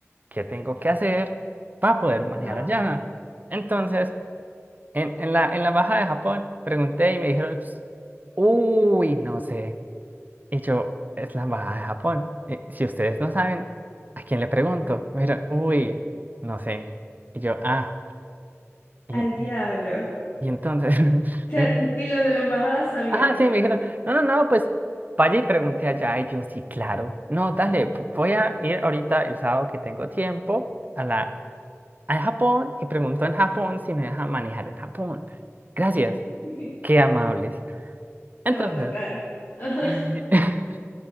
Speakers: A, on the right (about 35°); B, on the left (about 55°).
A: ¿qué tengo que hacer para poder manejar
B: Ajá.
A: allá? Entonces, en, en la, en la embajada de Japón, pregunté y me dijeron, "Ps, uy, no sé. Y yo, es la embajada de Japón. Y si ustedes no saben, ¿a quién le pregunto? Me dijeron, uy, no sé. Y yo, ah, y,
B: al diablo.
A: y,
B: O
A: y entonces,
B: sea,
A: <laughs>
B: n- ni los de la embajada sabían,
A: Ajá,
B: pues.
A: sí, me dijeron, no, no, no, pues vaya y pregunté allá. Y yo, sí, claro. No, dale, p- voy a ir ahorita el sábado que tengo tiempo a la a Japón y pregunto en Japón si me dejan manejar en Japón. Gracias,
B: <laughs>
A: qué amables. Entonces,
B: Te va a tocar. <laughs> Ajá.
A: eh, <laughs>